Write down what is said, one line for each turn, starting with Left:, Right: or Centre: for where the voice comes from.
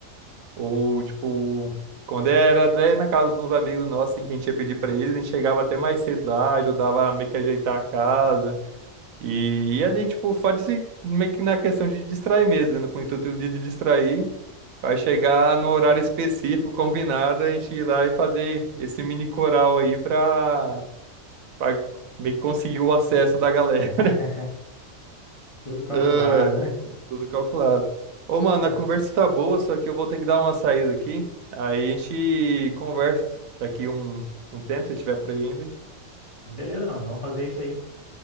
Right: Ou, tipo, quando era até na casa de uns amigos nossos, assim, que a gente ia pedir pra eles, a gente chegava até mais cedo lá, ajudava a meio que ajeitar a casa. E, e ali, tipo, só de se, meio que na questão de distrair mesmo, né? Com o intuito de, de distrair, vai chegar no horário específico, combinado, a gente ir lá e fazer esse mini coral aí pra, pra meio que conseguir o acesso da galera.
Left: <laughs> tudo calculado,
Right: Ai,
Left: né?
Right: cara, tudo calculado. Ô, mano,
Left: É.
Right: a conversa tá boa, só que eu vou ter que dar uma saída aqui. Aí a gente conversa daqui um, um tempo, se tiver por aí ainda.
Left: Beleza, mano, vamos fazer isso aí.